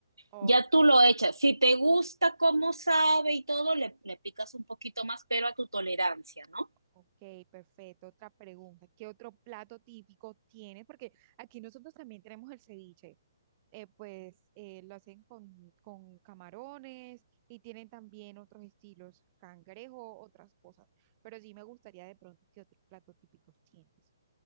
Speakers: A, on the right (about 30°); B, on the right (about 85°).
A: Ok,
B: Ya tú lo echas. Si te gusta cómo sabe y todo, le, le picas un poquito más, pero a tu tolerancia, ¿no?
A: Ok, perfecto. Otra pregunta. ¿Qué otro plato típico tiene? Porque aquí nosotros también tenemos el ceviche. Eh, pues eh, lo hacen con, con camarones y tienen también otros estilos, cangrejo, otras cosas. Pero sí me gustaría de pronto qué otros platos típicos tienes.